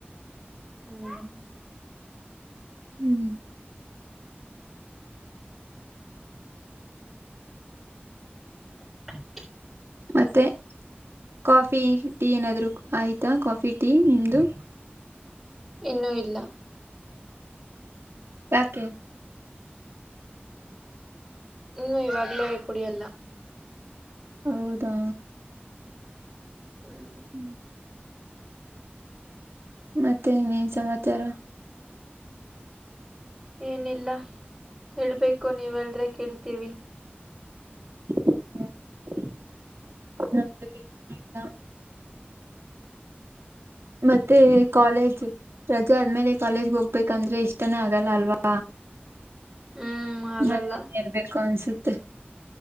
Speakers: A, in the centre; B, on the right.
A: ಹ್ಮ್
B: ಹ್ಮ್
A: <inaudible>
B: ಮತ್ತೆ ಕಾಫಿ ಟೀ ಏನಾದ್ರು ಆಯ್ತಾ ಕಾಫಿ ಟೀ ನಿಮ್ದು
A: ಇನ್ನೂ ಇಲ್ಲ
B: ಯಾಕೆ
A: ಹ್ಮ್ ಇವಾಗ್ಲೇ ಕುಡಿಯಲ್ಲ.
B: ಹೌದಾ
A: ಹ್ಮ್
B: ಹ್ಞೂ ಮತ್ತೆ ಇನೇನ್ ಸಮಾಚಾರ.
A: ಏನಿಲ್ಲ ಹೇಳ್ಬೇಕು ನೀವ್ ಹೇಳುದ್ರೆ ಕೇಳ್ತೀವಿ.
B: ಹ್ಮ್ ನ ಆತಾ <unintelligible> ಮತ್ತೆ ಕಾಲೇಜ್. ರಜಾ ಆದ್ಮೇಲೆ ಕಾಲೇಜ್ಗೆ ಹೋಗ್ಬೇಕಂದ್ರೆ ಇಷ್ಟಾನೇ ಆಗಲ್ಲ ಅಲ್ವಾ.
A: ಹ್ಮ್ ಆಗಲ್ಲ
B: ಮನೆಯಲ್ಲೆ ಇರ್ಬೇಕು ಅನ್ಸುತ್ತೆ.